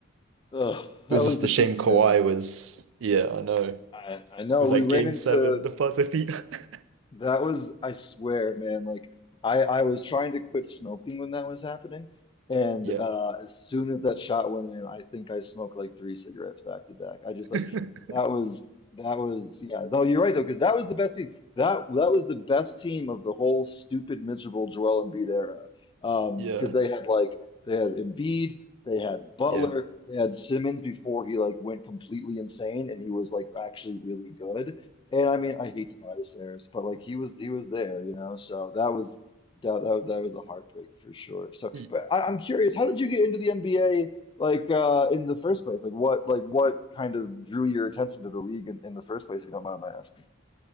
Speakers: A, on the left (about 25°); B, on the right (about 65°).
A: ugh, that
B: was
A: was
B: just
A: the
B: a shame
A: peak,
B: Kawhi
A: man.
B: was. Yeah, I know. It
A: I, I know
B: was
A: we
B: like
A: ran
B: game
A: into
B: seven, the buzzer beat. <laughs>
A: That was, I swear, man, like I I was trying to quit smoking when that was happening. And
B: Yeah,
A: uh as soon as that shot went in, I think I smoked like three cigarettes back to back. I just like
B: <laughs>
A: that was that was yeah, though you're right though, because that was the best team. That that was the best team of the whole stupid, miserable Joel Embiid era. Um,
B: yeah,
A: because they had like they had Embiid, they had Butler,
B: yeah,
A: they had Simmons before he like went completely insane and he was like actually really good. And I mean, I hate Tobias Harris, but like he was he was there, you know. So that was that that, that was a heartbreak for sure. So,
B: yeah.
A: but I, I'm curious, how did you get into the NBA like uh in the first place? Like what like what kind of drew your attention to the league in, in the first place, if you don't mind my asking?